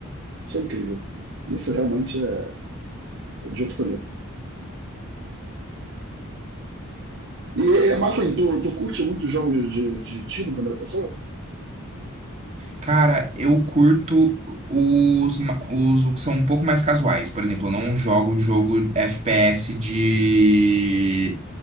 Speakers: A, on the right (about 55°); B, on the right (about 30°).
A: isso é incrível. Isso realmente é de outro planeta. E, é, mas assim, tu, tu curte muito jogos de, de- de tiro em primeira pessoa?
B: Cara, eu curto os, ma- os que são um pouco mais casuais. Por exemplo, eu não jogo jogo FPS de